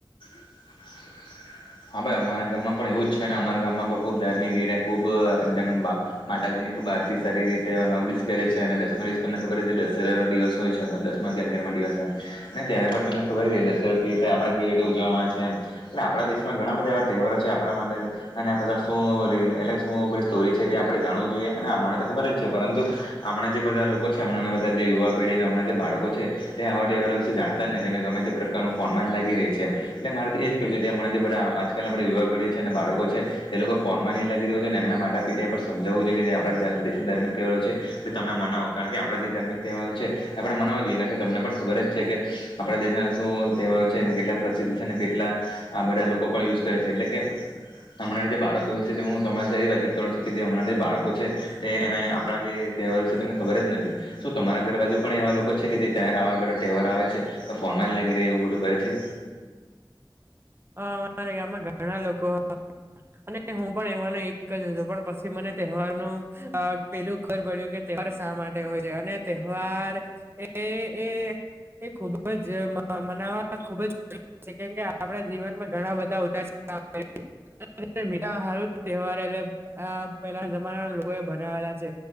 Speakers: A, on the left; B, on the right.
A: <unintelligible> હા ભાઈ અમારા ગામમાં પણ એવું જ છે ને અમારા ગામમાં પણ ખુબ ધાર્મિક રીતે ખુબ એકદમ માતાજીની ખબ આારતી સારી રીતે એવા નવ દિવસ કરે છે અને દસમા દિવસ તમને ખબર છે દશેરા નો દિવસ હોય છે દસમા કે અગિયારમાં ત્યારે તમને ખબર છે દરોવી રતે આપ કેવી રીતે ઉજવામાં આવે છે એ એટલે આપણાેશ ઘણા બધા એવા ટેવરો છે આપ માટેછ શ એટલે શું બધી સ્ટોરી છે આપણે જાણવું જોઈએ હમણાં તો ખબર જ છે પરંતુ હમણાં જે બધા લોકો છે હમણાં બધા જે યુવા પેઢી હમણાં જે બાળકો છે તે આવાવા વિશે જાણતા જ નથી અને ગમે તે પ્રકારનું ફોન જ લાગી રહી છે એટલેરે તો એ જ કવું છે જે આજકાલ યવા પીઢી છે અને બાળકો છે તે લોકો ફોન ની લાગી રહ્યું છે અને એના માતા પિતાએ પણ સમજાવવું જોઈએ આપ દેશના ધાર્મિક તહેવારો છે તે તમે મનાવો કારણ કે આપણા જે ધાર્મિક તહેવારો છે આપણે મનાવો જોઈએ કારણ કે તમને પણ ખબર જ છે કે આપણા દેશના શું તહેવારો છે કેટલા પ્રસિદ્ધ છે અને કેટલા બધા લોકો લોકો પણ યુઝ કરે છે એટલે કે હમણાં જે બાળકો વિશે હું તમારી એ વાતચીત કરું છું કે જે હમણાં જે બાળકો છે તે એના આપણા જે તેહવાર વિશે તમને ખબર જ નથી શ તમારા ઘર બાજુ પણ એવા લોકો છે કે જે આવા બધા તહેવાર આવે છે તો ફોન લાગી રેવું એવુ બધૂ કરે છે કે
B: હ અમારા ગામમાં ઘણા લોકો અને હું પણ એવાનો એક જ હતો પણ પછી મને તહેવારનું પેલું ખબર પડ્યું કે પર શા માટે હોય છે અને તહેવાર એ એ એ ખુબ જ મનાવા ખુબ જરૂરી છે કેમ કે આપડે જીવનમાં ઘણા બધા ઉદાસ આવે છે મીઠા હારુ તહેવાર એટલે આ પેલા જમાનાના લોકો એ બનાવેલા છે